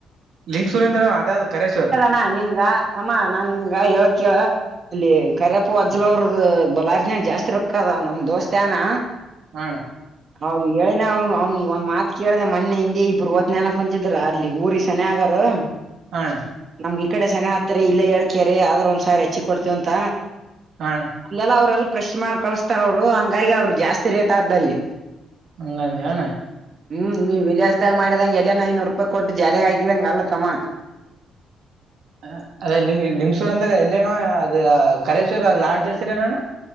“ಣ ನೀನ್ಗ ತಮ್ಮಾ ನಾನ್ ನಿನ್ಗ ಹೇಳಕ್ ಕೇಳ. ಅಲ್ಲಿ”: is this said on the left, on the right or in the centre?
Right